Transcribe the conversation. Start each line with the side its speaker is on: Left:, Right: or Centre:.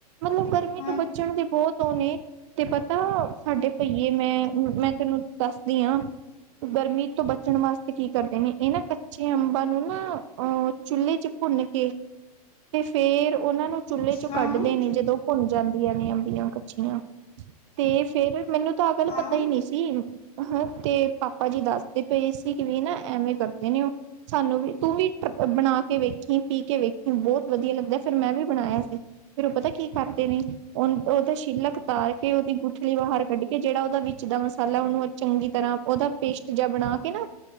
Right: ਮਤਲਬ ਗਰਮੀ
Left: ਹਾਂ
Right: ਤੋਂ ਬਚਣ ਦੇ ਬਹੁਤ ਉਹ ਨੇ ਤੇ ਪਤਾ ਸਾਡੇ ਭਈਏ ਮੈਂ ਮੈਂ ਤੈਨੂੰ ਦੱਸਦੀ ਹਾਂ ਗਰਮੀ ਤੋਂ ਬਚਣ ਵਾਸਤੇ ਕੀ ਕਰਦੇ ਨੇ ਇਹ ਨਾ ਕੱਚੇ ਅੰਬਾਂ ਨੂੰ ਨਾ ਅਹ ਚੁੱਲ੍ਹੇ ਚ ਭੁੰਨ ਕੇ ਤੇ ਫਿਰ ਉਹਨਾਂ ਨੂੰ ਚੁੱਲ੍ਹੇ ਚੋਂ
Left: ਹਾਂ
Right: ਕੱਢਦੇ
Left: ਹਾਂ
Right: ਨੇ ਜਦੋਂ ਭੁੰਨ ਜਾਂਦੀਆਂ ਨੇ ਅੰਬੀਆਂ ਕੱਚੀਆਂ ਤੇ ਫਿਰ ਮੈਨੂੰ ਤਾਂ ਅ ਗੱਲ
Left: ਹਾਂ
Right: ਪਤਾ ਹੀ ਨਹੀਂ ਸੀ ਹਾਂ ਤੇ ਪਾਪਾ ਜੀ ਦੱਸਦੇ ਪਏ ਸੀ ਕਿ ਵੀ ਨਾ ਐਵੇ ਕਰਦੇ ਨੇ ਉਹ ਸਾਨੂੰ ਵੀ ਤੂੰ ਵੀ ਬਣਾ ਕੇ ਵੇਖ ਤੂੰ ਪੀ ਕੇ ਵੇਖੀ ਬਹੁਤ ਵਧੀਆ ਲੱਗਦਾ ਫਿਰ ਮੈਂ ਵੀ ਬਣਾਇਆ ਸੀ ਫਿਰ ਉਹ ਪਤਾ ਕੀ ਕਰਦੇ ਨੇ ਉਹ ਉਹਦਾ ਛਿੱਲਕਤਾਰ ਕੇ ਉਹਦੀ ਗੁਠਲੀ ਬਾਹਰ ਕੱਢੀ ਕਿ ਜਿਹੜਾ ਉਹਦਾ ਵਿੱਚ ਦਾ ਮਸਾਲਾ ਉਹਨੂੰ ਚੰਗੀ ਤਰ੍ਹਾਂ ਉਹਦਾ ਪੇਸਟ ਜ ਬਣਾ ਕੇ ਨਾ